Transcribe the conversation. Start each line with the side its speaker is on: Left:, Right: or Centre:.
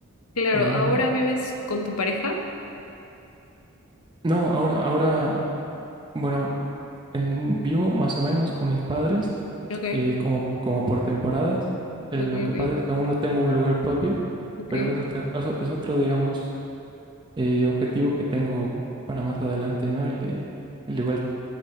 Left: Claro,
Right: Em,
Left: ahora vives con tu pareja.
Right: no, ahora, ahora, bueno, en, vivo más o menos con mis padres,
Left: Ok,
Right: eh, como, como por temporadas. Eh,
Left: ok,
Right: lo que
Left: ok,
Right: pasa es que aún no tengo un lugar propio,
Left: ok.
Right: pero es otra, cosa- es otro, digamos, eh, objetivo que tengo para más adelante, ¿no? El de, el de igual